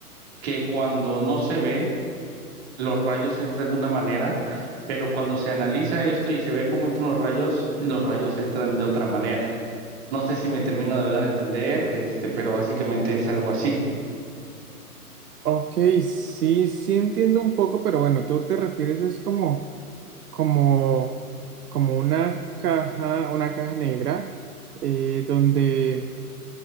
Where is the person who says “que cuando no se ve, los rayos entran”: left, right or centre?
Right